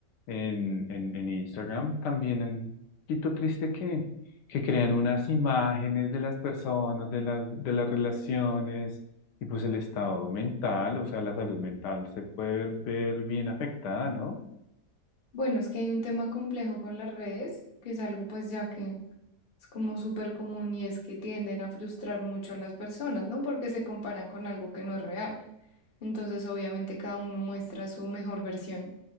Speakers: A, on the left; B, on the left.
A: en, en, en Instagram, también en- un poquito triste que, que crean unas imágenes de las personas, de las, de las relaciones y pues el estado mental, o sea, la salud mental se puede ver, ver bien afectada, ¿no?
B: Bueno, es que hay un tema complejo con las redes, que es algo pues ya que es como súper común y es que tienden a frustrar mucho a las personas, ¿no? Porque se comparan con algo que no es real. Entonces, obviamente, cada uno muestra su mejor versión